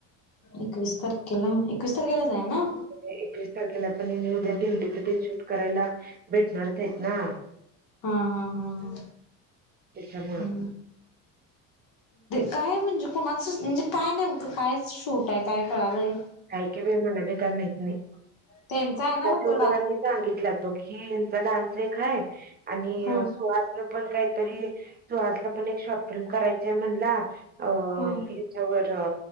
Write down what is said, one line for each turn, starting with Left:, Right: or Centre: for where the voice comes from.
Left: एकवीस तारखेला एकवीस तारखेला जाय ना.
Right: एकवीस तारखेला पण मी उद्या तीन तथ तीन शूट करायला भेटणारच आहेत ना.
Left: हा हा हा हा
Right: त्याच्यामुळं
Left: हम्. काय म्हणजे कोणाचं म्हणजे काय नेमकं काय शूट आहे काय कळालंय.
Right: कायकी बाई मला बी का माहत नाही
Left: त्यांचा आहे ना
Right: त्या
Left: फक्त
Right: तेवढंनी
Left: डान्स
Right: सांगितलंत बघ की डानस एक हाय आणि
Left: हा
Right: सुहास पण काहीतरी सुहासला पण एक शॉर्ट फिल्म करायची आहे म्हणला. अ
Left: हा
Right: त्याच्यावर